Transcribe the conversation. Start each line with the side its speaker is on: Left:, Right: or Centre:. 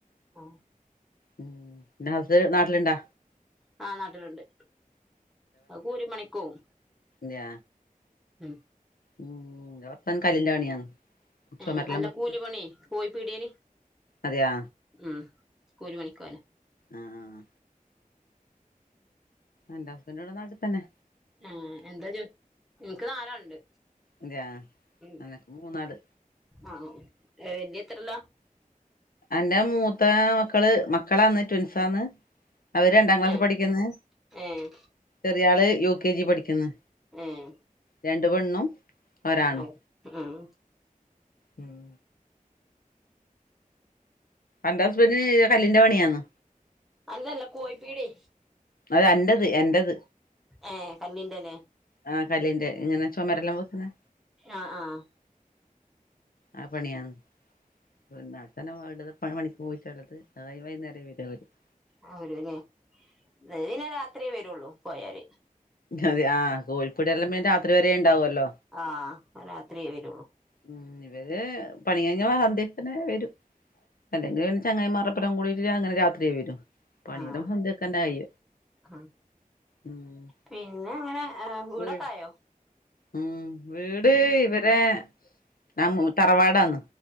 Centre: ആഹ്
Left: ഉം നിന്റെ ഹസ്സ് നാട്ടില്ണ്ടാ
Centre: ആ നാട്ടില്ണ്ട് അത് കൂലി പ ണിക്കോവും
Left: ഞാ
Centre: ഉം
Left: ഉം ന്റെ ഭർത്താവിന് കല്ലിന്റെ പണിയാണ് ചുമരെല്ലാം
Centre: ഏഹ് അല്ല
Left: വെക്കല്
Centre: കൂലിപണിയെ കോഴി പീടിയേല്
Left: അതെയാ
Centre: ഉം കൂലി പണിക്കോല
Left: ആഹ് എന്റെ ഹസ്ബന്റ് ഇവ്ടെ നാട്ട്ത്തെന്നെ
Centre: ഏഹ് എന്താ ജോ ഇൻക്ക് നാലാള്ണ്ട്
Left: അതെയാ
Centre: ഉം
Left: അനക്ക് മൂന്നാള്
Centre: ആഹ് ഏഹ് വെല്ല്യെ എത്രലാ
Left: അന്റ മൂത്ത ആ മക്കള് മക്കളാന്ന് ട്വിൻസാന്ന് അവര് രണ്ടാം ക്ലാസ്സി
Centre: ഏഹ്
Left: പഠിക്ക്ന്ന്.
Centre: ഏഹ്
Left: ചെറിയ ആള് യു കെ ജി പഠിക്ക്ന്ന്
Centre: ഏഹ്
Left: രണ്ട് പെണ്ണും ഒരാണും
Centre: ഏഹ് ഉം
Left: ഉം അന്റെ ഹസ്ബന്റിന് കല്ലിന്റെ പണിയാന്നൊ
Centre: അല്ലല്ല കോഴി പീട്യേ
Left: അത് അന്റത് എന്റത്
Centre: ഏഹ് കല്ലിന്റെലെ
Left: ആഹ് കല്ലിന്റെ ഇങ്ങനെ ചുമരെല്ലാം വെക്ക്ണെ
Centre: ആഹ് ആഹ്
Left: ആ പണിയാന്ന് വെന്നാ തന്നെ വീട്ത് പ പണിക്ക് പോയിട്ടള്ളത് അത് കഴിഞ്ഞ് വൈന്നേരം വരൊള്ളത് <unintelligible>
Centre: ആഹ് വരൂല്ലേ ഇവര് ന്നെ രാത്രിയേ വരൊള്ളൂ പോയാല്
Left: അതെ ആഹ് കോഴിപ്പീടിയെല്ലാം പിന്നെ രാത്രി വരെ ഇണ്ടാവൊല്ലോ
Centre: ആഹ് രാത്രിയേ വരുള്ളൂ
Left: ഉം ഇവര് പണി കഴിഞ്ഞ സധ്യക്കന്നെ വരും അല്ലെങ്കിൽ പി ചങ്ങായിമാരൊപ്പരം കൂടിട്ട് അങ്ങനെ രാത്രി വരും പണിയുടെ
Centre: ആഹ്
Left: സന്തൊക്കെന്നായി
Centre: ആഹ്
Left: ഉം
Centre: പിന്നെ അങ്ങനെ ഏഹ് വീടൊക്കെ
Left: വീട്
Centre: ആയോ
Left: ഉം വീട് ഇവരെ ന തറവാടാണ്‌